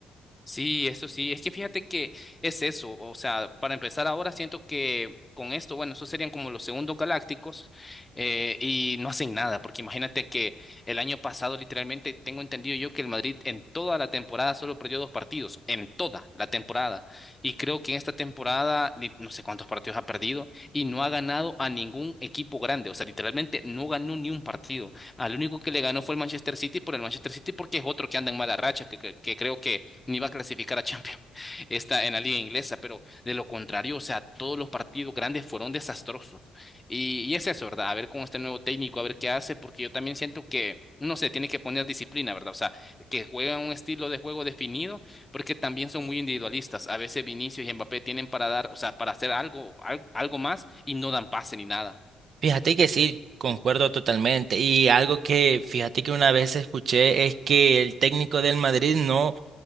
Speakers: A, on the left (about 15°); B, on the right (about 55°).
A: Sí, eso sí, es que fíjate que es eso, o sea, para empezar ahora siento que con esto, bueno, esos serían como los segundos galácticos eh, y no hacen nada, porque imagínate que el año pasado literalmente tengo entendido yo que el Madrid en toda la temporada solo perdió dos partidos, en toda la temporada, y creo que en esta temporada li- no sé cuántos partidos ha perdido y no ha ganado a ningún equipo grande, o sea, literalmente no ganó ni un partido, al único que le ganó fue el Manchester City por el Manchester City porque es otro que anda en mala racha, que que- que creo que ni va a clasificar a Champions <laughs> está en la liga inglesa, pero de lo contrario, o sea, todos los partidos grandes fueron desastrosos. Y, y es eso, ¿verdad? A ver con este nuevo técnico, a ver qué hace, porque yo también siento que no se tiene que poner disciplina, ¿verdad? O sea, que juegan un estilo de juego definido, porque también son muy individualistas. A veces Vinicius y Mbappé tienen para dar, o sea, para hacer algo, algo, algo más y no dan pase ni nada.
B: Fíjate que sí, concuerdo totalmente. Y algo que fíjate que una vez escuché es que el técnico del Madrid no